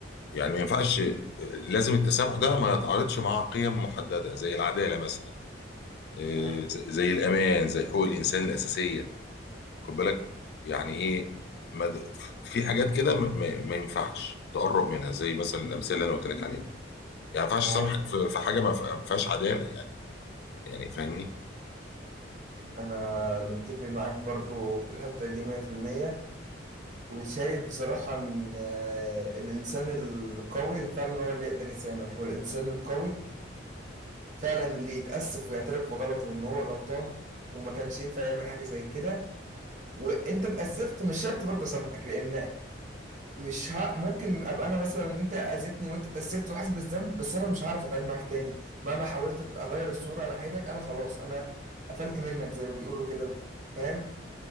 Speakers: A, on the left (about 55°); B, on the right (about 40°).
A: يعني ما ينفعش آه، لازم التسامح ده ما يتعارضش مع قيم محدده زي العداله مثلا آه،
B: امم
A: زي زي الامان زي حقوق الانسان الاساسيه خد بالك يعني ايه مد... في حاجات كده م... م... ما ينفعش تقرب منها زي مثلا الامثله اللي انا قلت لك عليها يعني ما ينفعش
B: ايوه
A: اسامحك في... في حاجه ما ف- ما فيهاش عداله يعني يعني فاهمني
B: انا متفق معاك برضو في الحته دي 100% وشايف بصراحه ان آه، الانسان القوي فعلا هو اللي يقدر يسامح والانسان القوي فعلا اللي يتاسف ويعترف بغلطه وان هو غلطان وما كانش ينفع يعمل حاجه زي كده وانت اتاسفت مش شرط برضه اسامحك لان مش ها ممكن ابقى انا مثلا انت اذيتني وانت اتاسفت وحاسس بالذنب بس انا مش هعرف اتعامل معاك تاني مهما حاولت اغير الصوره ناحيتك انا خلاص انا قفلت منك زي ما بيقولوا كده فاهم